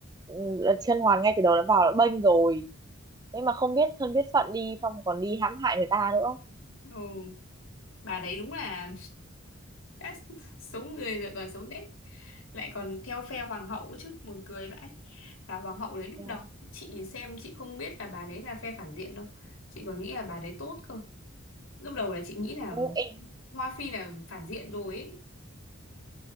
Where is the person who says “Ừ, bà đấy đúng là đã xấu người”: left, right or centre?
Left